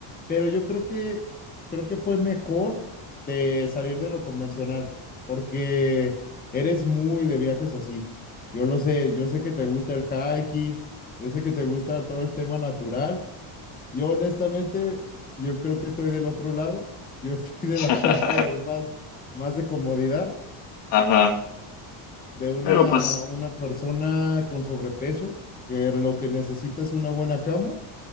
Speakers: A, on the left; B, on the left.
A: pero yo creo que creo que fue mejor de salir de lo convencional, porque eres muy de viajes así. Yo lo sé, yo sé que te gusta el hiking, yo sé que te gusta todo el tema natural. Yo honestamente, yo creo que estoy del otro lado, yo <laughs> estoy de
B: <laughs>
A: la parte más más de comodidad
B: Ajá,
A: de una,
B: pero pues,
A: una persona con sobrepeso, que lo que necesita es una buena cama,